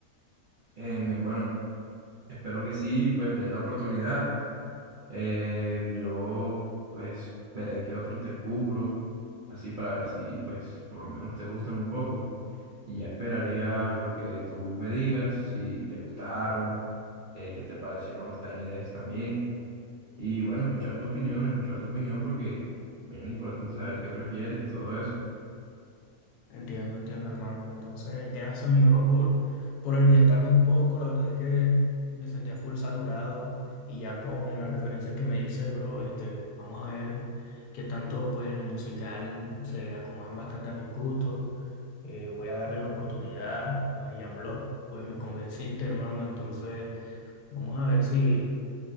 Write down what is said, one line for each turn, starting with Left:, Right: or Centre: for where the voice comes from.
Right: em, bueno, espero que sí, pues le dé la oportunidad Eh, yo, pues, veré qué otros descubro, así para ver si, pues, por lo menos te gustan un poco. Y ya esperaría lo que tú me digas, si te gustaron, eh, qué te parecieron los Tiny Decks también. Y bueno, escuchar tu opinión, escuchar tu opinión porque, mira, es importante saber qué prefieres y todo eso.
Left: Entiendo, entiendo, hermano. Entonces, gracias, mi bro, por, por orientarme un poco. La verdad es que me sentía full saturado y ya con las referencias que me dices, bro, este, vamos a ver qué tanto, pues, en lo musical se acomodan bastante a mis gustos. Eh, voy a darle la oportunidad a Jan Block. Pues me convenciste, hermano. Entonces, vamos a ver si.